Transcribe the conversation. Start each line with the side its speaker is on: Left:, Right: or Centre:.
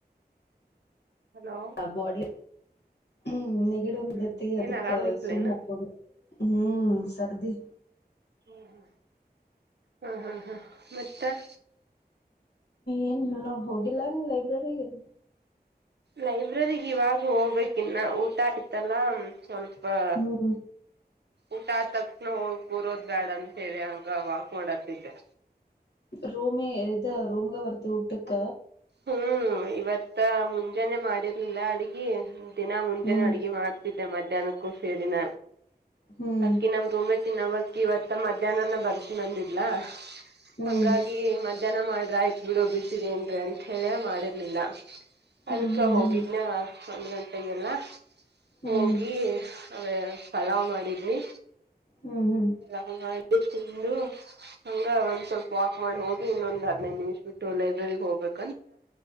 Right: ಹಲೋ
Left: ಹ ಗೊಡಿ ಹ್ಮ್ ನೆಗಿಡ
Right: ಹ್ಮ್ ಹ್ಮ್
Left: ಎತ್ತ ಅದಕ್ಕೆ
Right: ಏನ್ ಆರಾಮಿಲ್ಲೇನ
Left: ಸುಮ್ಮ್ ಹಕ್ಕ ಹ್ಮ್ ಸರ್ದಿ
Right: ಹ್ಮ್ ಹ್ಮ್ ಹಾ ಹಾ ಹಾ ಮತ್ತ <inaudible>
Left: ಏನ್ೋ ಹೋಗಿಲ್ಲ ರೀ ಲೈಬ್ರರಿಗೆ
Right: ಲೈಬ್ರಗ್ ಇವಾಗ ಹೋಗ್ಬೇಕ ಇನ್ನ ಊಟ ಆಯತ್ತಲ್ಲ ಸ್ವಲ್ಪ ಪ
Left: ಹ್ಮ್
Right: ಊಟ ತಕ್ಷಣ ಹೋಗ ಕೂರೋದ್ ಬ್ಯಾಡ ಅಂತೇಳಿ ಹಂಗ ವಾಕ್ ಮಾಡತಿದ್ದೆ
Left: ರೂಮ ಇದ ರೂಮಗ ವರತ್ತ ಉಟ್ಟಕ
Right: ಹ್ ಇವತ್ತು ಮುಂಜಾನೆ ಮಾಡಿದ ಇಲಾ ಅಡಗಿ ದಿನ ಮುಂಜಾನ
Left: ಹ್ಮ್
Right: ಅಡುಗೆ ಮಾಡ್ತಿದಿ ೆ ಮಧ್ಯಾಹ್ನಕ್ಕೂ ಸೇರಿನ
Left: ಹ್ಮ್
Right: ಅಕೆ ನಮ್ ರೋಮತಿ ನಮ ಇವತ್ತ ಮಧ್ಯಾಹ್ನನ ಬರ್ತನಂದಿದಲ
Left: ಹ್ಮ್
Right: ಹಂಗಾಗಿ ಮದ ಜನ ಮಾಡ್ರ ಆಯ್ತ ಬಿಡು ಬಿಸಿದೆ ಏನ್ರ ಳ ಮಾಡಿರ್ಲಿಲ್ಲ
Left: ಹ್ಮ್
Right: ಅದಕ್ಕ
Left: ಹ್ಮ್
Right: ಹೋಗಿದ್ನ
Left: ಹ್ಮ್
Right: ಒಂದ್ ಗಂಟೆಗೆಲ್ಲ
Left: ಹ್ಮ್
Right: ಹೋಗಿ ಅದೇ ಸಲಾವ್ ಮಾಡಿದ್ನಿ
Left: ಹ್ಮ್ ಹ್ಮ್
Right: ನ ಹ ತಿಂದು ಹಂಗ ಒಂದ್ ಸ್ವಲ್ಪ ವಾಕ್ ಮಾಡಿ ಹೋಗಿ ಇನ್ನೊಂದ್ ಹದ್ೈದು ನಿಮಿಷ ಬಿಟ್ಟು ಲೈಬ್ರೆರಿಗೆ ಹೋಗಬೇಕು